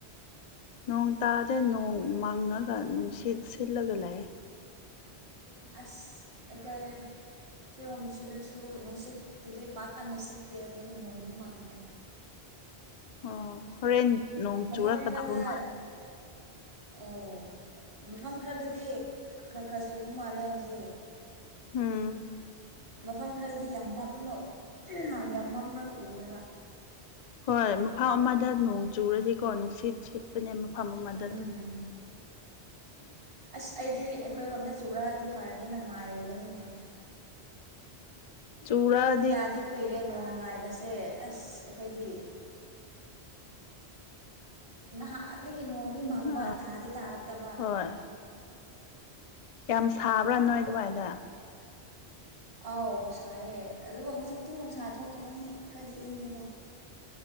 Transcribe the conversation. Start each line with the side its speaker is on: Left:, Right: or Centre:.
Left: ꯅꯣꯡ ꯇꯥꯗ꯭ꯔꯦ ꯅꯣꯡ ꯃꯪꯉꯒ ꯅꯨꯡꯁꯤꯠ ꯁꯤꯜꯂꯒ ꯂꯩꯑꯦ
Right: ꯑꯁ ꯑꯩꯈꯣꯏ ꯁꯤꯔꯣꯝꯁꯤꯗꯁꯨ ꯅꯨꯡꯁꯤꯠꯄꯨꯗꯤ ꯄꯥꯛ ꯀꯟꯅ ꯁꯤꯠꯇꯦ ꯑꯗꯨꯕꯨ ꯅꯣꯡꯗꯤ ꯃꯪꯉꯦ
Left: ꯑꯣ ꯍꯣꯔꯦꯟ ꯅꯣꯡ
Right: ꯃꯐꯝ
Left: ꯆꯨꯔꯛꯀꯗꯕ
Right: ꯈꯔꯗ
Left: ꯃꯥ
Right: ꯑꯣ ꯃꯐꯝ ꯈꯔꯗꯗꯤ ꯈꯔ ꯈꯔ ꯆꯨꯕ ꯃꯥꯜꯂꯦ ꯍꯧꯖꯤꯛ
Left: ꯎꯝ
Right: ꯃꯐꯝ ꯈꯔꯗꯤ ꯌꯥꯝ ꯃꯝꯃ ꯌꯥꯝ ꯃꯝꯃꯒ ꯎꯑꯦꯕ
Left: ꯍꯣꯏ ꯃꯐꯝ ꯑꯃꯗ ꯅꯣꯡ ꯆꯨꯔꯗꯤꯀꯣ ꯅꯨꯡꯁꯤꯠ ꯁꯤꯠ ꯄꯅꯦ ꯃꯐꯝ ꯑꯃꯗ
Right: ꯎꯝ
Left: ꯑꯗꯨꯝ
Right: ꯑꯁ ꯑꯩꯗꯤ ꯑꯩꯈꯣꯏꯔꯣꯝꯗ ꯆꯨꯔꯑꯗꯤ ꯐꯔꯅꯤ ꯅ ꯉꯥꯏꯔꯤꯕꯅꯤꯅꯦ
Left: ꯆꯨꯨꯔꯥ
Right: ꯀꯌꯥꯗꯤ ꯀꯨꯏꯔꯦ ꯅꯣꯡ ꯉꯥꯏꯕꯁꯦ ꯑꯁ ꯑꯩꯈꯣꯏꯗꯤ ꯅꯍꯥꯟꯗꯒꯤ ꯅꯣꯡꯗꯤ ꯃꯪꯕ
Left: ꯑ
Right: ꯇꯥꯗꯤ ꯇꯥꯔꯛꯇꯕ
Left: ꯍꯣꯏ ꯌꯥꯝ ꯁꯥꯕ꯭ꯔꯥ ꯅꯣꯏ ꯑꯗꯨꯋꯥꯏꯗ
Right: ꯑꯧ ꯁꯥꯏꯌꯦ ꯑꯗꯨꯕꯨ ꯍꯧꯖꯤꯛꯇꯤ ꯅꯨꯡꯁꯥ ꯊꯣꯛꯇꯕꯅꯤꯅ ꯈꯔꯗꯤ ꯏꯪꯉꯤꯗ